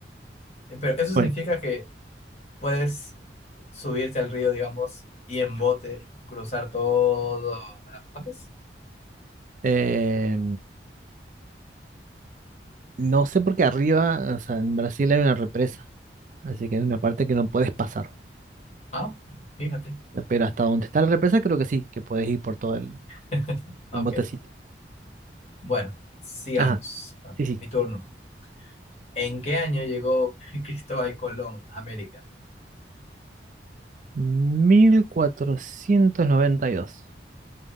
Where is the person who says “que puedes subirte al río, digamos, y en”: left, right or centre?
Left